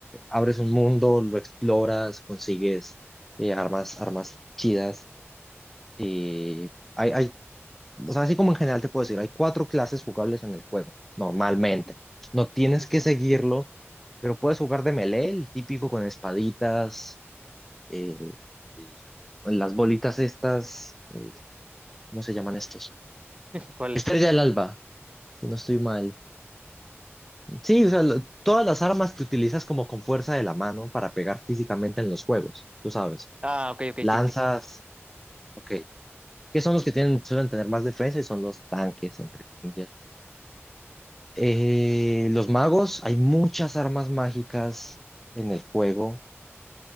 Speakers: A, in the centre; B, on the right.
A: abres un mundo, lo exploras, consigues eh, armas, armas chidas. eh, hay, hay, o sea, así como en general te puedo decir, hay cuatro clases jugables en el juego, normalmente. No
B: <laughs>
A: tienes
B: Ujú.
A: que seguirlo, pero puedes jugar de melee, el típico con espaditas, eh, eh, las bolitas estas, ¿cómo se llaman estos?
B: ¿Cuál
A: Estrella
B: es?
A: del Alba, si no estoy mal. Sí, o sea, lo- todas las armas que utilizas como con fuerza de la mano para pegar físicamente en los juegos, tú sabes.
B: Ah, ok, ok,
A: Lanzas,
B: sí, sí.
A: ok. que son los que tienen, suelen tener más defensa? Y son los tanques, entre comillas. Eh, los magos, hay muchas armas mágicas en el juego